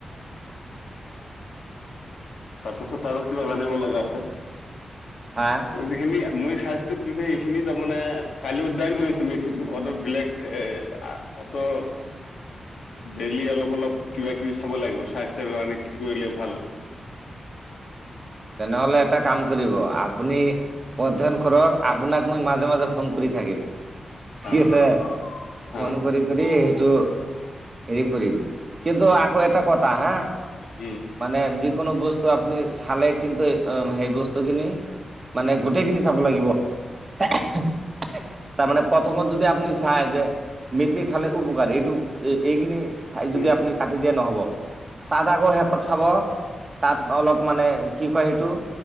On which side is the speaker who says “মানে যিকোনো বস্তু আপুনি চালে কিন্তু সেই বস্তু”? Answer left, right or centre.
Right